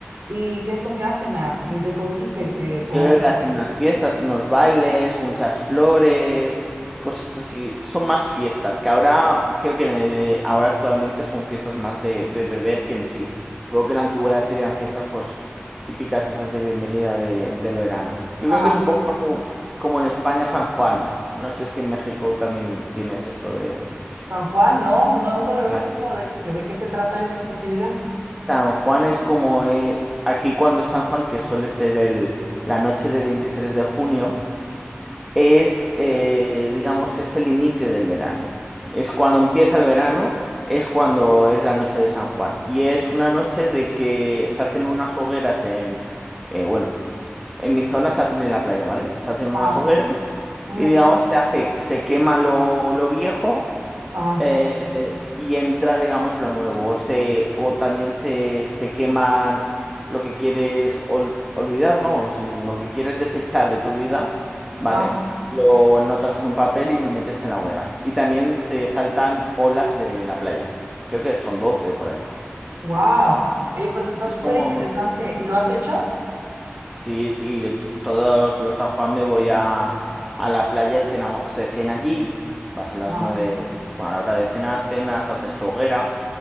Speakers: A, on the right (about 70°); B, in the centre.
A: ¿Y qué es lo que hacen? Ah, ¿En qué consiste? Eh, con...
B: Yo creo que hacen unas fiestas, unos bailes, muchas flores, cosas así. Son más fiestas, que ahora creo que en el- ahora actualmente son fiestas más de, de beber que en sí. Supongo que en la antigüedad serían fiestas pues típicas estas de bienvenida de- del verano. Yo
A: Ajá.
B: creo que es un poco como como en España San Juan. No sé si en México también tienes esto de...
A: San Juan, no, no, nunca lo había
B: Vale.
A: escuchado de, de qué se trata esa festividad.
B: San Juan es como... eh, aquí cuando es San Juan, que suele ser el, la noche del 23 de junio. es, eh, digamos, es el inicio del verano. Es cuando empieza el verano, es cuando es la noche de San Juan. Y es una noche de que se hacen unas hogueras en, eh, bueno, en mi zona se hacen en la playa, ¿vale? Se hacen unas
A: Ajá,
B: hogueras
A: ujú,
B: y, digamos, se hace, se quema lo, lo viejo
A: ajá,
B: eh, y entra, digamos, lo nuevo. O, se, o también se, se queman lo que quieres ol- olvidar, ¿no? O sea, lo que quieres desechar de tu vida, ¿vale?
A: ajá,
B: Lo notas en un papel y lo metes en la hoguera. Y también se saltan olas de la playa. Creo que son 12 o por ahí.
A: wow. Oye, pues está
B: Es
A: súper
B: como
A: interesante. ¿Y lo has hecho?
B: Sí, sí, yo t- todos los San Juan me voy a, a la playa, cenamos, se cena allí, vas a las
A: Ajá.
B: 9. bueno, a la hora de cenar, cenas, haces tu hoguera,